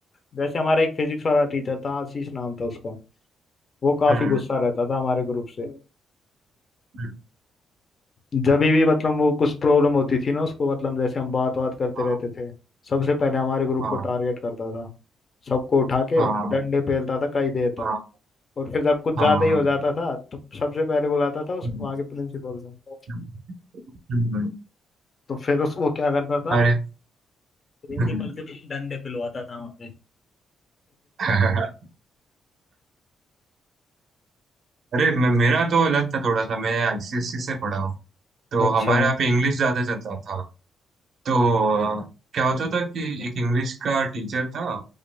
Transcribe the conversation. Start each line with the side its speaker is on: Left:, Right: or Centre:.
Left: जैसे हमारा एक फिजिक्स वाला टीचर था आशीष नाम था उसका वो काफी
Right: हम्म,
Left: गुस्सा रहता था हमारे ग्रुप से
Right: हम्म,
Left: जब भी मतलब वो कुछ प्रॉब्लम होती थी ना उसको मतलब जैसे हम बात बात करते
Right: हाँ
Left: रहते थे सबसे पहले हमारे ग्रुप
Right: हाँ
Left: को टारगेट करता था सबको उठा के
Right: हाँ
Left: डंडे पेलता था कई देर तक
Right: हाँ
Left: और फिर जब कुछ ज्यादा
Right: हाँ,
Left: ही
Right: हाँ,
Left: हो जाता था तो सबसे पहले बुलाता था उस
Right: हम्म,
Left: वहाँ के प्रिंसिपल को
Right: हम्म, हम्म,
Left: तो फिर उस वो क्या करता था
Right: अरे
Left: प्रिंसिपल
Right: हम्म,
Left: से डंडे पिलवाता था हमारे
Right: <laughs> अरे मैं मेरा तो अलग था थोड़ा सा मैं आईसीएससी से पढ़ा हूँ तो
Left: अच्छा
Right: हमारे यहाँ पे इंग्लिश ज्यादा चलता था तो अ, क्या होता था कि एक इंग्लिश का टीचर था